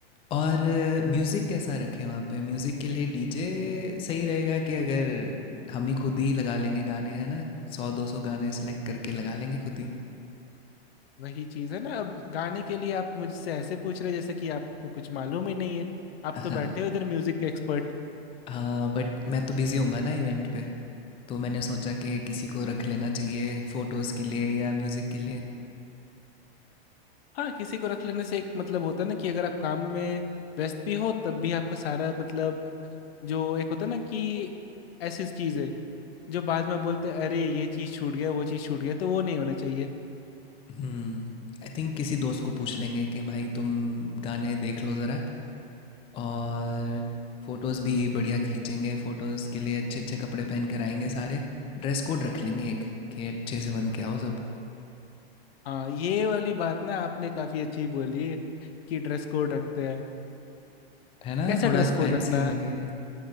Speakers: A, on the left (about 20°); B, on the left (about 70°).
A: और म्यूज़िक कैसा रखें वहाँ पे म्यूज़िक के लिए डीजे सही रहेगा कि अगर हम ही खुद ही लगा लेंगे गाने है ना सौ दो सौ गाने सेलेक्ट करके लगा लेंगे खुद ही
B: वही चीज है ना अब गाने के लिए आप मुझसे ऐसे पूछ रहे जैसे कि आपको कुछ मालूम ही नहीं है आप
A: <laughs>
B: तो बैठे हो इधर म्यूजिक के एक्सपर्ट
A: हाँ बट मैं तो बिज़ी होऊंगा ना इवेंट पे तो मैंने सोचा कि किसी को रख लेना चाहिए फोटोज़ के लिए या म्यूज़िक के लिए
B: हाँ किसी को रख लेने से एक मतलब होता है ना कि अगर आप काम में व्यस्त भी हो तब भी आपका सारा मतलब जो एक होता है ना कि ऐसी चीज है जो बाद में बोलते हैं अरे ये चीज छूट गया वो चीज छूट गया तो वो नहीं होना चाहिए
A: हम्म आई थिंक किसी दोस्त को पूछ लेंगे कि भाई तुम गाने देख लो ज़रा और फोटोज़ भी बढ़िया खींचेंगे फोटोज़ के लिए अच्छे अच्छे कपड़े पहन कर आएंगे सारे ड्रेस कोड रख लेंगे एक कि अच्छे से बन के आओ सब
B: हाँ ये वाली बात ना आपने काफी अच्छी बोली है कि ड्रेस कोड रखते हैं
A: है ना
B: कैसा
A: थोड़ा
B: ड्रेस
A: फैंसी
B: कोड रखना
A: लगेगा
B: है